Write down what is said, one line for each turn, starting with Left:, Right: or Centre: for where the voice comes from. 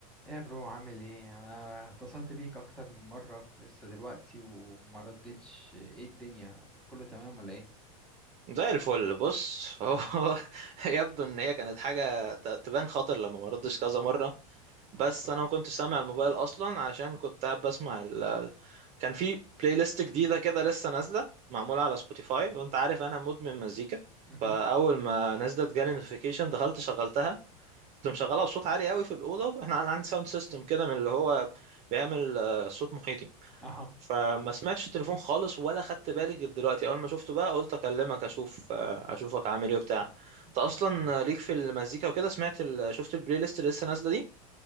Centre: ايه يا برو عامل ايه انا اتصلت بيك اكتر من مره لسه دلوقتي وما ردتش ايه الدنيا كله تمام ولا ايه
Right: زي الفل بص هو <laughs> يبدو ان هي كانت حاجه ت- تبان خطر لما ما ردش كذا مره بس
Centre: بالظبط
Right: انا ما كنتش سامع الموبايل اصلا عشان كنت قاعد بسمع ال... ال- كان في بلاي ليست جديده كده لسه نازله معموله على سبوتيفاي وانت عارف انا مدمن مزيكا
Centre: مهم.
Right: فاول ما نزلت جالي نوتيفيكيشن دخلت شغلتها كنت مشغلها بصوت عالي قوي في الاوضه احنا عندي ساوند سيستم كده من اللي هو بيعمل آه، صوت محيطي
Centre: اها
Right: فما سمعتش التليفون خالص ولا خدت بالي غير دلوقتي اول ما شفته بقى قلت اكلمك اشوف آه، اشوفك عامل ايه وبتاع انت اصلا
Centre: ما شاء الله
Right: ليك في المزيكا وكده سمعت ال... شفت البلاي ليست اللي لسه نازله دي